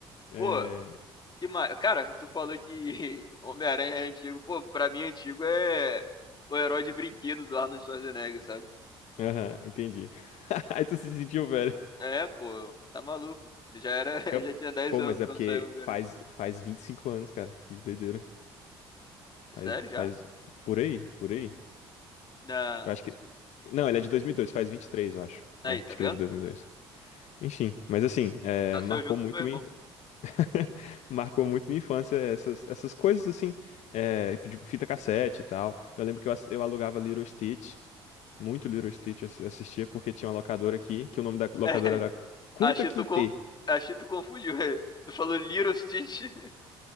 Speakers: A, on the left; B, on the left.
A: É...
B: Pô, que mais? Cara, tu falou que <laughs> Homem-Aranha é antigo. Pô, pra mim, antigo é o herói de brinquedo do Arnold Schwarzenegger, sabe?
A: Aham, entendi. <laughs> Aí tu se sentiu velho.
B: É, pô, tá maluco. Eu Já era, <laughs>
A: Que eu-
B: eu já tinha 10
A: Pô,
B: anos
A: mas é
B: quando
A: porque
B: saiu o Homem-Aranha.
A: faz, faz 25 anos, cara, que doideira. Faz,
B: Sério, já?
A: faz por aí, por aí.
B: Na...
A: Eu acho que. Não, ele é de dois mil e dois faz 23, eu acho.
B: Aí,
A: É, acho
B: tá vendo?
A: que ele é de dois mil e dois Enfim, mas assim, é,
B: Nasceu
A: marcou
B: junto
A: muito
B: com meu irmão.
A: minha, <laughs> marcou muito minha infância essas, essas coisas assim, é, de fita cassete e tal. Eu lembro que eu, ass- eu alugava Little Stitch, muito Little Stitch eu ass- eu assistia porque tinha uma locadora aqui, que o nome da
B: <laughs>
A: locadora
B: É,
A: era Kunta
B: achei
A: Kinte.
B: tu, con... achei tu confundiu. é. Tu falou Little Stitch. <laughs>